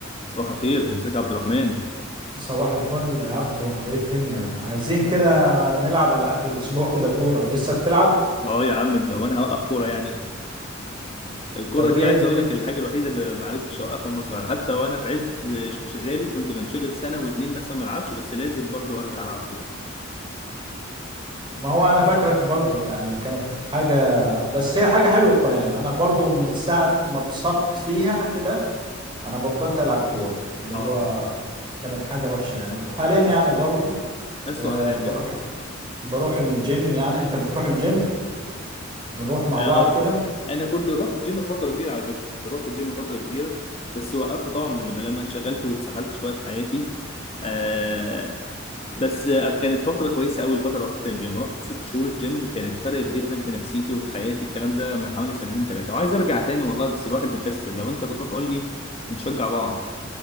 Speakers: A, on the left; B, on the right.
A: صباح الخير ازيك يا عبد الرحمن
B: صباح الفل يا عبدو ايه الدنيا عايزين كده نلعب على اخر الاسبوع كده كورة لسه بتلعب
A: اه يا عم انت وانا هوقف كوره يعني الكوره
B: طب
A: دي
B: ايه
A: عايز
B: الدنيا
A: اقول لك الحاجه الوحيده اللي ما عرفتش اوقفها وانا صغير حتى وانا في عز انشغالي كنت بنشغل سنه واتنين مثلا ما العبش بس لازم برضو ارجع العب كوره
B: ما هو انا فاكرك برضو يعني كانت حاجة بس هي حاجة حلوة يعني انا برضو من ساعة ما اتصبت فيها كده انا بطلت العب كورة اللي
A: اه
B: هو كانت حاجة وحشة يعني حاليا يعني برضو
A: اسوأ
B: آه،
A: حاجه
B: بروح بروح الجيم يعني انت بتروح الجيم نروح مع
A: آه
B: بعض كده
A: انا كنت رحت الجيم فتره كبيره على فكره كنت رحت الجيم فتره كبيره بس وقفت طبعا بل- لما انشغلت واتسحلت شويه في حياتي آه بس آه، كانت فترة كويسة أوي الفترة رحت فيها الجيم رحت ست شهور الجيم كانت فرقت جدا في نفسيتي وفي حياتي الكلام ده من حوالي سنتين ثلاثة وعايز أرجع تاني والله بس الواحد مكسل لو أنت بتروح قول لي ونشجع بعض